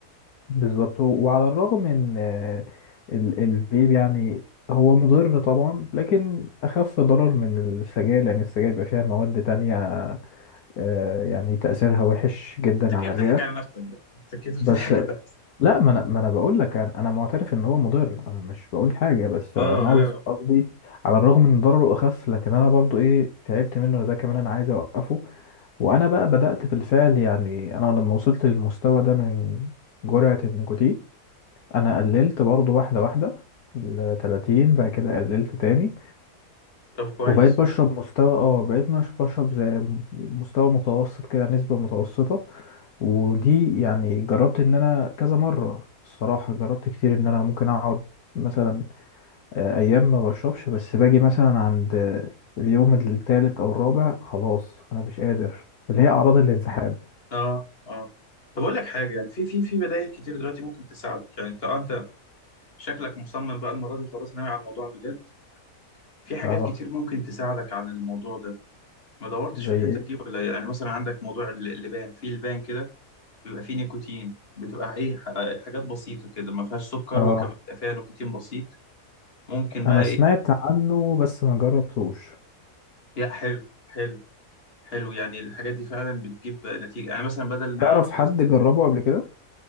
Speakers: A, on the left; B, on the left.
A: بالظبط و- وعلى الرغم ان آه، ال- الفيب يعني هو مضر طبعا لكن اخف ضرر من السجاير لان السجاير بيبقى فيها مواد تانية آه، يعني تأثيرها وحش جدا
B: انت أنت كده
A: على
B: بتضحك
A: الرئة
B: على نفسك بقى انت كده بتضحك
A: بس
B: على نفسك
A: لا ما انا ما انا بقول لك انا أنا معترف ان هو مضر انا مش بقول حاجة بس
B: اه
A: انا
B: لا
A: قصد- قصدي على الرغم ان ضرره اخف لكن انا برضو ايه تعبت منه ده كمان انا عايز اوقفه وانا بقى بدأت بالفعل يعني انا لما وصلت للمستوى ده من جرعة النيكوتين انا قللت برضو واحدة واحدة ل 30 بعد كده قللت تاني
B: طب كويس
A: وبقيت بشرب مستوى اه بقيت مش بشرب زي مستوى متوسط كده نسبة متوسطة ودي يعني جربت ان انا كذا مرة الصراحة جربت كتير ان انا ممكن اقعد مثلا آه، ايام ما بشربش بس باجي مثلا عند آه، اليوم التالت او الرابع خلاص انا مش قادر اللي هي اعراض الانسحاب
B: اه اه طب اقول لك حاجه يعني في في في بدائل كتير دلوقتي ممكن تساعدك يعني انت آه، انت شكلك مصمم بقى المره دي وخلاص ناوي على الموضوع بجد في حاجات
A: اه
B: كتير ممكن تساعدك عن الموضوع ده ما دورتش
A: زي
B: في الحتة
A: ايه
B: دي ولا يعني مثلا عندك موضوع ال- اللبان في لبان كده بيبقى فيه نيكوتين بتبقى ايه ح- حاجات بسيطة كده ما فيهاش سكر
A: اه
B: وكمان بيبقى فيها نيكوتين بسيط ممكن بقى
A: انا
B: ايه
A: سمعت عنه بس ما جربتوش
B: لا حلو حلو حلو يعني الحاجات دي فعلا بتجيب نتيجة يعني مثلا بدل ما
A: تعرف
B: خلاص
A: حد جربه قبل كده